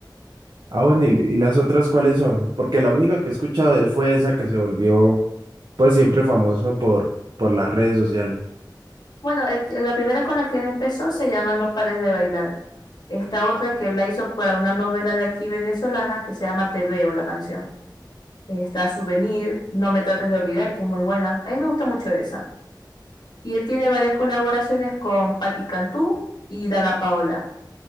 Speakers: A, on the right; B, on the left.
A: Ah, bueno, ¿y, y las otras cuáles son? Porque la única que he escuchado de él fue esa que se volvió, pues siempre famoso por, por las redes sociales.
B: Bueno, el- la primera con la que él empezó se llama No pares de bailar. Esta otra que él la hizo para una novela de aquí venezolana que se llama Te veo, la canción. Está Souvenir, No me trates de olvidar, que es muy buena. A mí me gusta mucho esa. Y él tiene varias colaboraciones con Patti Cantú y Dana Paola.